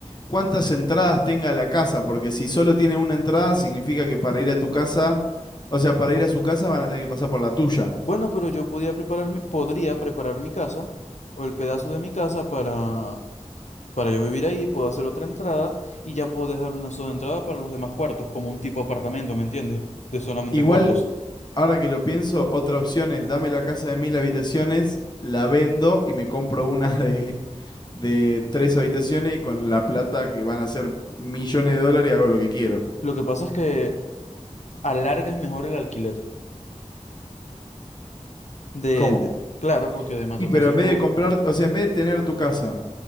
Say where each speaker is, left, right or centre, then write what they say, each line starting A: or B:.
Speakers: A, on the left; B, on the left.
A: cuántas entradas tenga la casa, porque si solo tiene una entrada, significa que para ir a tu casa, o sea, para ir a su casa van a tener que pasar por la tuya.
B: Bueno, pero yo podía preparar mi- podría preparar mi casa o el pedazo de mi casa para, para yo vivir ahí, puedo hacer otra entrada y ya puedo dejar una sola entrada para los demás cuartos, como un tipo apartamento, ¿me entiendes? De solamente
A: Igual,
B: cuartos.
A: ahora que lo pienso, otra opción es dame la casa de mil habitaciones, la vendo y me compro una de, de tres habitaciones y con la plata que van a ser millones de dólares hago lo que quiero.
B: Lo que pasa es que alargas mejor el alquiler. De,
A: ¿Cómo?
B: de- claro, porque de matotazo
A: Y pero en
B: tú...
A: vez de comprar, o sea, en vez de tener tu casa